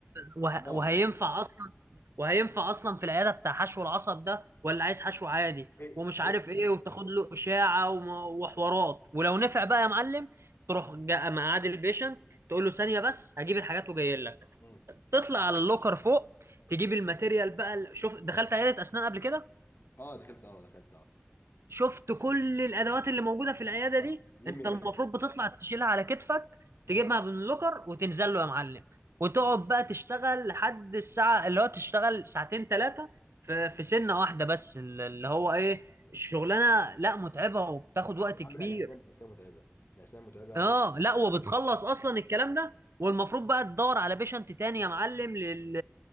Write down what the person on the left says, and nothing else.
اه
ايه
ايه
امم
اه دخلت اه دخلت اه
اه
لم
يا
باشا معايا
اه
يا عم
لا الاسنان الاسنان متعبه الاسنان متعبه
و...